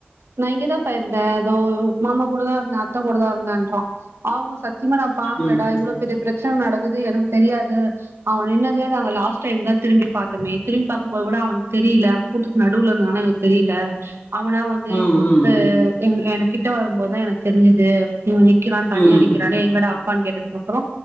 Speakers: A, on the right; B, on the left.
A: நா இங்கதாப்பா இருந்தே இதோ மாமா கூட தா இருந்தே அத்த கூட தா இருந்தேன்றா அவுங்க சத்தியமா நா பாக்லடா
B: ம்
A: இவ்ளா பெரிய பிரச்சன நடக்குது எனக்கு தெரியாது அவ நின்னது நாங்க லாஸ்ட் டைம் தா திரும்பி பாத்தமே திரும்பி பாக்கும்போது கூட அவனுக் தெரியில அவ கூட்டத்து நடுவுல இருந்தனால எங்ளுக் தெரியில அவனா வந்து
B: ம் ம்
A: அது என் எனக்கிட்ட வரும்போ தா எனக்கு தெரிஞ்சுது இவ நிக்கிறா தனியா
B: ம்
A: நிக்கிறானே எங்கட அப்பான் கேட்டதுக்கப்றோ